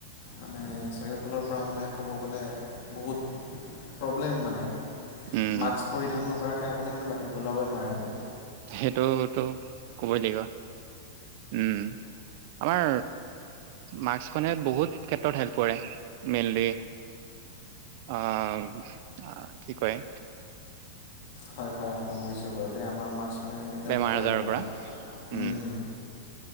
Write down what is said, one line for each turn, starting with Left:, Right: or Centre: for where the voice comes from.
Left: মানে, চাৰিওফালৰ পৰা পৰা মানে ক'ব গ'লে বহুত প্ৰব্লেম মানে।
Right: উম
Left: মাস্ক পৰিধান নকৰাকে আপুনি মানে বাহিৰত ওলাবই নোৱাৰে মানে।
Right: সেইটোতো কবই লাগিব। উম, আমাৰ মাস্কখনে বহুত ক্ষেত্ৰত হেল্প কৰে, মেইনলি, আহ, কি কয়?
Left: হয়-হয় আপ <unintelligible> ছো বাৰু দেই আমাৰ মাক মাস্কখনে হেল্প
Right: বেমাৰ
Left: কৰে
Right: আজাৰৰ
Left: আপোনাৰ
Right: পৰা
Left: হুম-হুম।
Right: উম